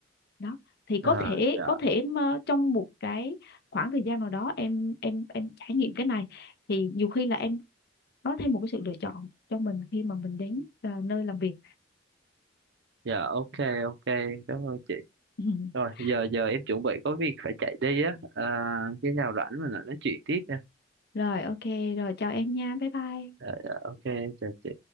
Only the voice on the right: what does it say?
à,
dạ
dạ ok ok cảm ơn chị
rồi giờ giờ em chuẩn bị có việc phải chạy đi á à, khi nào rảnh mình lại nói chuyện tiếp nha
Dạ, dạ, ok chào chị